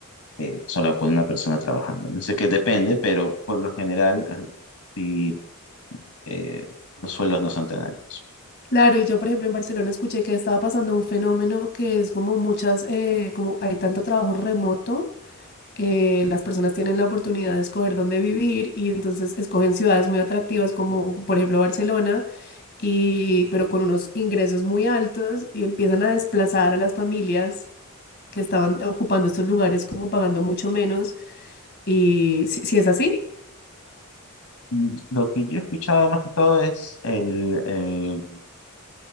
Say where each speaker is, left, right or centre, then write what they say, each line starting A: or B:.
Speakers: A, on the left (about 80°); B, on the left (about 50°).
A: eh, solo con una persona trabajando. No sé qué depende, pero por lo general eh, sí, eh, los sueldos no son tan altos.
B: Claro, y yo, por ejemplo, en Barcelona escuché que estaba pasando un fenómeno que es como muchas, eh, como hay tanto trabajo remoto, eh, las personas tienen la oportunidad de escoger dónde vivir y entonces escogen ciudades muy atractivas como, por ejemplo, Barcelona, y, pero con unos ingresos muy altos y empiezan a desplazar a las familias que estaban ocupando estos lugares como pagando mucho menos. Y si, si es así.
A: Mm, Lo que yo he escuchado más que todo es el, eh,